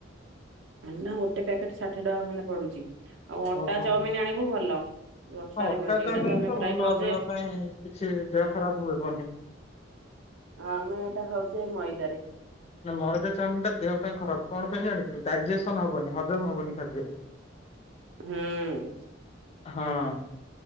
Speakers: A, on the right; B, on the left.
A: ନା ଗୋଟେ ପ୍ୟାକେଟ ଷାଠଏ ଟଙ୍କା ଖଣ୍ଡେ ପଡୁଚି। ଆଉ ଅଟା
B: ଓହୋ
A: ଚାଉମିନ ଆଣିବୁ ଭଲ। ଅଟାରେ
B: ହଁ ଅଟା
A: ମିଳୁଚି।
B: ଚାଉମିନ
A: ଏଇଟା ତ ଆମେ ପ୍ରାଏ
B: ଭଲ
A: ଖାଉଚେ।
B: ଦେହ ପାଇଁ କିଛି ଦେହ
A: ହଁ।
B: ଖରାପ ହେବନି।
A: ଆମେ ଏଟା ଖାଉଚେ ମଇଦାରେ।
B: ନା ମଇଦା ଚାମିନ ଟା ଦେହ ପାଇଁ ଖରାପ। କଣ ପାଇଁ ଜାଣିଚୁ ଡାଇଜେସନ ହବନି ହଜମ ହବନି ଖାଦ୍ୟ।
A: ହୁଁ।
B: ହଁ।